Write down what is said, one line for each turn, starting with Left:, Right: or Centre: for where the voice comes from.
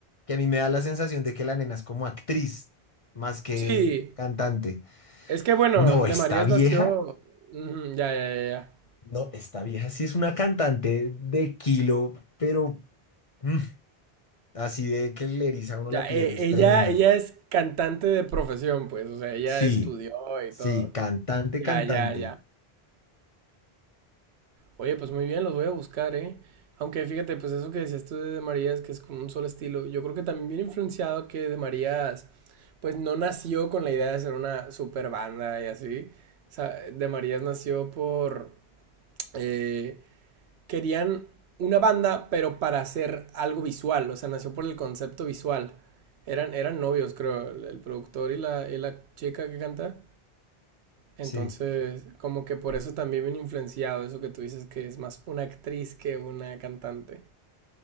Left: que a mí me da la sensación de que la nena es como actriz más que
Right: Sí,
Left: cantante.
Right: es que bueno,
Left: No,
Right: de
Left: esta
Right: Marías
Left: vieja,
Right: nació. Ujú, ya, ya, ya.
Left: no, esta vieja sí es una cantante de kilo, pero mm, así de que le eriza a uno
Right: Ya,
Left: la piel,
Right: Ya, e-
Left: es tremenda.
Right: ella, ella es cantante de profesión, pues. O sea, ella
Left: Sí,
Right: estudió y
Left: sí,
Right: todo.
Left: cantante,
Right: Ya,
Left: cantante.
Right: ya, ya. Oye, pues muy bien, los voy a buscar, ¿eh? Aunque fíjate, pues eso que decías tú de De Marías, que es como un solo estilo, yo creo que también viene influenciado que De Marías, pues no nació con la idea de ser una super banda y así. O sea, De Marías nació por... eh, querían una banda, pero para hacer algo visual, o sea, nació por el concepto visual. Eran, eran novios, creo, el el productor y la, y la chica que canta. Entonces,
Left: Sí,
Right: como que por eso también viene influenciado eso que tú dices que es más una actriz que una cantante.